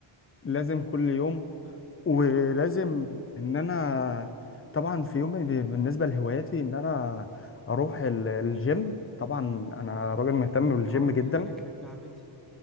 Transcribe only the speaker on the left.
لازم كل يوم ولازم ان انا طبعا في يومي ب- بالنسبه لهواياتي ان انا اروح ال- الجيم طبعا انا راجل مهتم
بالجيم
جدا